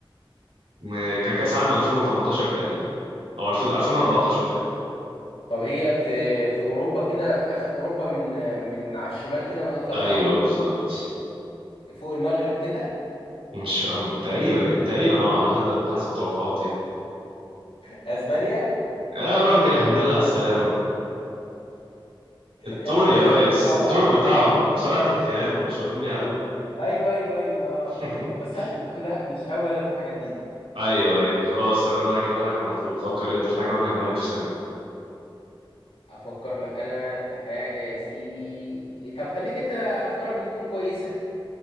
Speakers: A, on the right; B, on the left.
A: م- كان كأس
B: مم.
A: عالم 2018 تقريبا او 2000 2014 تقريبا
B: طب هي في في اوروبا كده في اخر اوروبا من من على الشمال كده من الخريطه
A: ايوه بالظبط
B: فوق المغرب كده
A: مش أم- تقريبا تقريبا اه على حد- حسب توقعاتي يعني
B: اسبانيا
A: يا راجل الحمد لله على السلامة التور
B: يا عم انت
A: يا
B: اسئلتك
A: ريس
B: صعبه
A: التور
B: يا عم
A: بتاعهم مصارعة التيران ومشهورين بيها قوي
B: ايوه ايوه ايوه اه
A: <laughs>
B: اه بس انا كنت لا مش قوي انا في الحاجات دي
A: ايوه ايوه خلاص انا بقى هجيبها لك على طول فكر انت في حاجة وانا هجيبها لك في ثانية
B: افكر لك انا في حاجه يا سيدي طب خليك انت افكارك بتكون كويسه